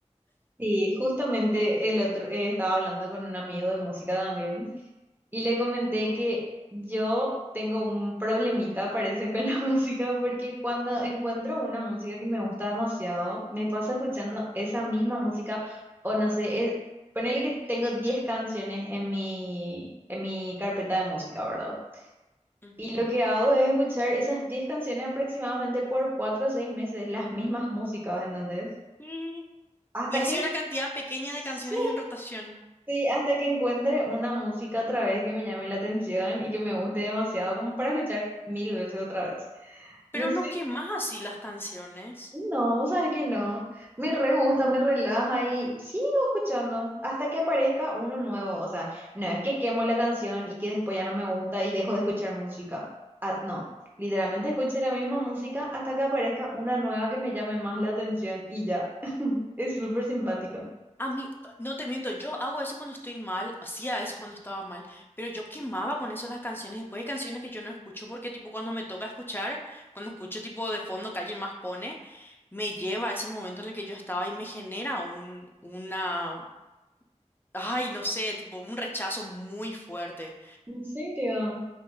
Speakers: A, on the right; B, on the left.
A: Sí, justamente el otro, eh, estaba hablando con un amigo de música también y le comenté que yo tengo un problemita, parece, con la <laughs> música, porque cuando encuentro una música que me gusta demasiado, me paso escuchando esa misma música, o no sé, es- ponele que tengo 10 canciones en mi, en mi carpeta de música, ¿verdad?
B: <laughs> Ujú.
A: Y lo que hago es escuchar esas 10 canciones aproximadamente por 4 o 6 meses, las mismas músicas, ¿entendés?
B: Y
A: Hasta
B: Y así
A: que...
B: una cantidad pequeña
A: Sí,
B: de canciones en rotación.
A: Sí, hasta que encuentre una música otra vez que me llame la atención y que me guste demasiado como para escuchar mil veces otra vez.
B: Pero
A: No sé,
B: no quemás así las canciones.
A: no, vos sabés que no. Me re gusta, me relaja y sigo escuchando hasta que aparezca uno nuevo. O sea, no es que quemo la canción y que después ya no me gusta y dejo de escuchar música. Ah, no, literalmente escuché la misma música hasta que aparezca una nueva que me llame más la atención y ya. <laughs> Es súper simpático.
B: A mí, eh, no te miento, yo hago eso cuando estoy mal, hacía eso cuando estaba mal, pero yo quemaba con eso las canciones. Después hay canciones que yo no escucho porque tipo cuando me toca escuchar, cuando escucho tipo de fondo que alguien más pone, me lleva a ese momento en el que yo estaba y me genera un, una, ay, no sé, tipo un rechazo muy fuerte.
A: ¿En serio?